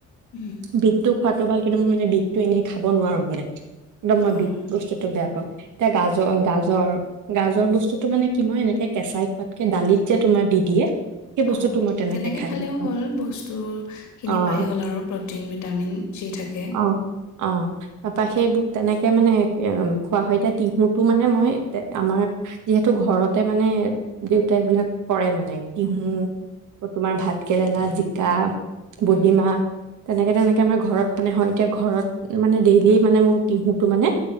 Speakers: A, on the left (about 75°); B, on the right (about 80°).
A: উম,
B: বিতটো খোৱাত টো ভাল। কিন্তু মই মানে বিতটো এনে খাব নোৱাৰো মানে <unintelligible>
A: অ',
B: <unintelligible> বেয়া পাওঁ। এতিয়া গাজৰ, গাজৰ, গাজৰ বস্তুতটো মানে কি মই এনেকে কেঁচাই খোৱাতকে দালিত যে তোমাৰ দি দিয়ে সেই বস্তুটো
A: অ',
B: মই তেনেকে
A: তেনেকৈ
B: খাই
A: খালেও
B: ভাল পাওঁ
A: হ'ল বস্তুখিনি
B: অ
A: পাই গল আৰু প্ৰটিন ভিটামিন যি থাকে।
B: অ', অ', তাৰপৰা সেইবোৰ তেনেকৈ মানে খোৱা হয় এতিয়া তিহুতটো মানে মই আমাৰ যিহেতু ঘৰতে মানে দেউতাই এইবিলাক কৰে মানে তিহু, তোমাৰ ভাতকেৰেলা, জিকা বডীমাহ
A: উম,
B: তেনেকে তেনেকে আমাৰ ঘৰত মানে হয় এতিয়া ঘৰত মানে ডেইলি মানে মোৰ তিহুটো মানে